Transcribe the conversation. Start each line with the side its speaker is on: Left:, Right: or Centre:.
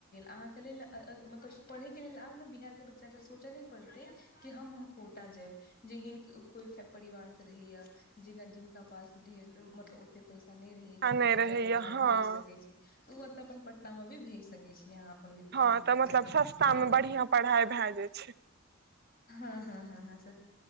Left: आहांके लेल मतलब पढइके लेल आब ने बिहार के बच्चा के सोचइ नै परतइ कि की हम आब कोटा जायब जेहन स्कूल सं परिवार से रहैये जिनका पास ढेर मतलब ओते पैसा अओ नहि रहैये कि
Right: आ
Left: अपन
Right: नहि
Left: बच्चाके
Right: रहैये
Left: बाहर
Right: हँ
Left: भेज सकैत छी तऽ ओतऽ अपन पटनामे भी भेज सकै छी अहाँ अपन
Right: हँ तऽ
Left: बच्चाके
Right: मतलब सस्तामे
Left: पढ़यके
Right: बढ़िआँ
Left: लेल
Right: पढ़ाइ भए जाइ छै
Left: हँ हँ हँ हँ स